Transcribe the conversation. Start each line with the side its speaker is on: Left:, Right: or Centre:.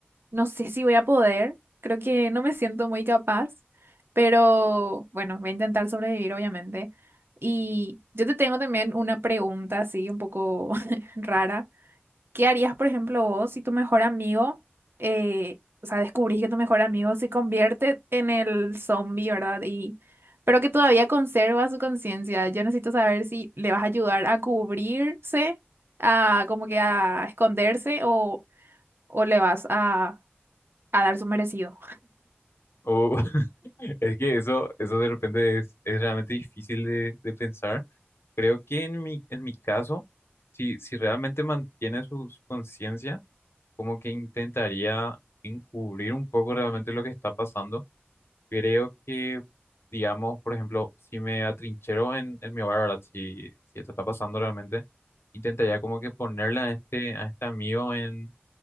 Right: No sé si voy a poder. Creo que no me siento muy capaz. Pero bueno, voy a intentar sobrevivir, obviamente. Y yo te tengo también una pregunta así un poco <laughs> rara. ¿Qué harías, por ejemplo, vos si tu mejor amigo, eh, o sea, descubrís que tu mejor amigo se convierte en el zombie, ¿verdad? Y, pero que todavía conserva su conciencia. Yo necesito saber si le vas a ayudar a cubrirse, a como que a esconderse o, o le vas a, a dar su merecido.
Left: O <laughs> es que eso, eso de repente es, es realmente difícil de, de pensar. Creo que en mi, en mi caso, si, si realmente mantiene su, su conciencia, como que intentaría encubrir un poco realmente lo que está pasando. Creo que, digamos, por ejemplo, si me atrinchero en, en mi hogar, ¿verdad? Si, si esto está pasando realmente intentaría como que ponerle a este, a este amigo en,